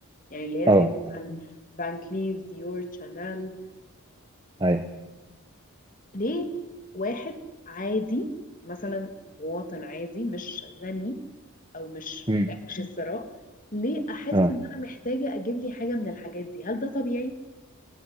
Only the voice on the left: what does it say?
يعني اللي هي
زي
مثلا فان كليف ديور شانيل
ليه واحد عادي مثلا مواطن عادي مش غني او مش
في عش الثراء ليه احس
ان انا محتاجه اجيب لي حاجه من الحاجات دي هل ده طبيعي